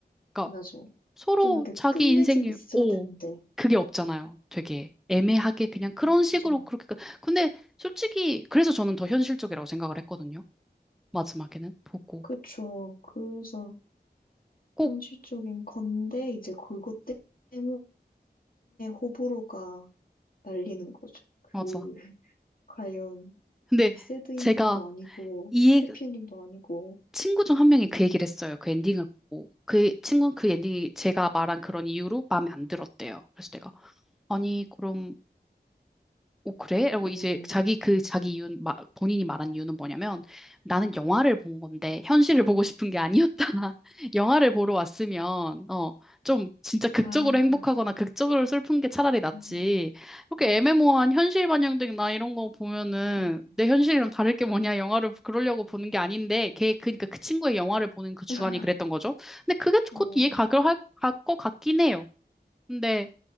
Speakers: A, in the centre; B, on the left.
A: 그러니까
B: 맞아요.
A: 서로
B: 좀 이렇게
A: 자기
B: 끝맺음이
A: 인생이,
B: 있어야
A: 오,
B: 되는데,
A: 그게 없잖아요. 되게 애매하게 그냥 그런
B: 맞아요.
A: 식으로 그렇게. 가- 근데 솔직히, 그래서 저는 더 현실적이라고 생각을 했거든요. 마지막에는 보고.
B: 그쵸. 그래서
A: 꼭,
B: 현실적인 건데, 이제 그것 때문에 호불호가 날리는 거죠. 그,
A: 맞아.
B: <laughs> 과연,
A: 근데
B: 이 새드엔딩도
A: 제가
B: 아니고,
A: 이 얘기,
B: 해피엔딩도 아니고,
A: 친구 중 한 명이 그 얘기를 했어요. 그 엔딩을 보고. 그 친구는 그 엔딩이 제가 말한 그런 이유로 마음에 안 들었대요. 그래서 내가, 아니, 그럼 오, 그래? 라고
B: 음,
A: 이제 자기 그 자기 이유, 마, 본인이 말한 이유는 뭐냐면 나는 영화를 본 건데 현실을 보고 싶은 게 아니었다. <laughs> 영화를 보러 왔으면 어, 좀 진짜 극적으로
B: 아,
A: 행복하거나 극적으로 슬픈 게 차라리 낫지.
B: 음,
A: 이렇게 애매모호한 현실 반영된 나 이런 거 보면은
B: 음,
A: 내 현실이랑 다를 게 뭐냐. 영화를 그러려고 보는 게 아닌데 걔 그러니까 그 친구의 영화를 보는 그 주관이
B: <laughs>
A: 그랬던 거죠. 근데 그게
B: 어,
A: 곧 이해가 갈 것 같긴 해요. 근데